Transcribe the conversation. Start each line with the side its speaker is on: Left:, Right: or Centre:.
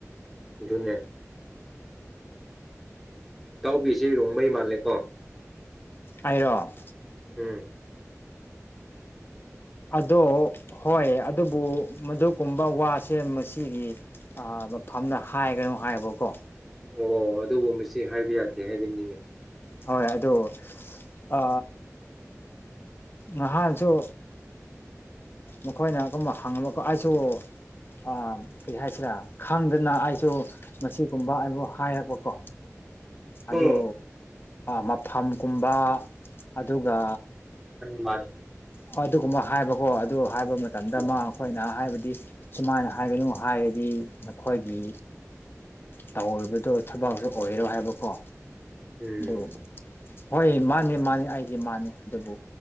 Centre: ꯑꯗꯨꯅꯦ ꯇꯥꯎꯕꯤꯁꯤ ꯔꯣꯡꯃꯩ ꯃꯥꯜꯂꯦꯀꯣ
Left: ꯑꯩꯔꯣ
Centre: ꯎꯝ
Left: ꯑꯗꯣ ꯍꯣꯏ ꯑꯗꯨꯕꯨ ꯃꯗꯨꯒꯨꯝꯕ ꯋꯥꯁꯦ ꯃꯁꯤꯒꯤ ꯃꯐꯝꯗ ꯍꯥꯏꯒꯅꯨ ꯍꯥꯏꯌꯦꯕꯀꯣ
Centre: ꯑꯣ ꯑꯗꯨꯕꯨ ꯃꯤ ꯍꯥꯏꯕ ꯌꯥꯗꯦ ꯍꯥꯏꯕꯤꯅꯤꯡꯉꯤ
Left: ꯍꯣꯏ ꯑꯗꯣ ꯑ ꯅꯍꯥꯟꯁꯨ ꯃꯈꯣꯏꯅꯒꯨꯝꯕ ꯍꯪꯉꯕꯀꯣ ꯑꯩꯁꯨ ꯑ ꯀꯩ ꯍꯥꯏꯁꯤꯔꯥ ꯈꯪꯗꯅ ꯑꯩꯁꯨ ꯃꯁꯤꯒꯨꯝꯕ ꯑꯩꯕꯨ ꯍꯥꯏꯔꯛꯄꯀꯣ
Centre: ꯑꯣ
Left: ꯑꯗꯨ ꯃꯐꯝ ꯀꯨꯝꯕ ꯑꯗꯨꯒ
Centre: ꯃꯥꯅꯤ
Left: ꯍ ꯑꯗꯨꯒꯨꯝꯕ ꯍꯥꯏꯕꯀꯣ ꯑꯗꯨ ꯍꯥꯏꯕ ꯃꯇꯝꯗ
Centre: ꯎꯝ
Left: ꯃꯥ ꯑꯩꯈꯣꯏꯅ ꯍꯥꯏꯕꯗꯤ ꯍꯥꯏꯗꯤ ꯁꯨꯃꯥꯏꯅ ꯍꯥꯏꯒꯅꯨ ꯍꯥꯏꯔꯗꯤ ꯅꯈꯣꯏꯒꯤ ꯇꯧꯔꯤꯕꯗꯣ ꯊꯕꯛꯁꯨ ꯑꯣꯏꯔꯣ ꯍꯥꯏꯕꯀꯣ
Centre: ꯎꯝ
Left: ꯑꯗꯨ ꯍꯣꯏ ꯃꯥꯅꯤ ꯃꯥꯅꯤ ꯑꯩꯗꯤ ꯃꯥꯅꯤ ꯑꯗꯨꯕꯨ